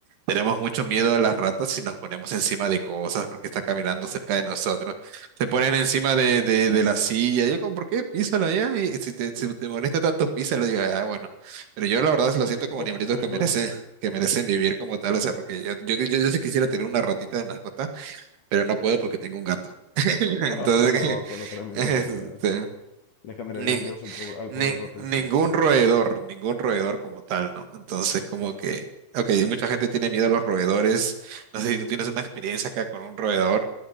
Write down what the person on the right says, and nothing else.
tenemos mucho miedo a las ratas y nos ponemos encima de cosas porque está caminando cerca de nosotros. Se ponen encima de, de, de la silla, yo como, ¿por qué? Písala ya, y si te, si te molesta tanto, písala, digo, ah, bueno, pero yo la verdad lo siento como
animalitos
que
merecen que merecen vivir como tal, o sea, porque yo, yo, yo, yo sí quisiera tener una ratita de mascota, pero no puedo porque tengo un gato. <laughs> Entonces,
que,
este,
ni-
ni-
ningún roedor, ningún roedor como tal, ¿no? Entonces, como que, ok, mucha gente tiene miedo a los roedores, no sé si tú tienes una experiencia acá con un roedor